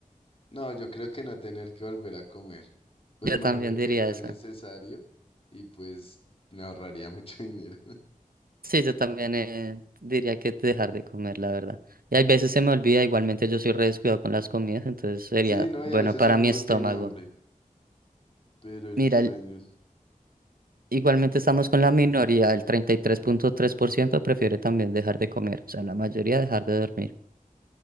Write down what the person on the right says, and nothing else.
Yo
también diría
esa.
Sí, yo también eh, diría que dejar de comer, la verdad. Y hay veces se me olvida, igualmente yo soy re descuidado con las comidas, entonces sería
bueno
para
mi
estómago.
Mira,
el-
igualmente estamos con la minoría, el treinta y tres tres punto tres por ciento prefiere también dejar de comer, o sea, la mayoría dejar de dormir.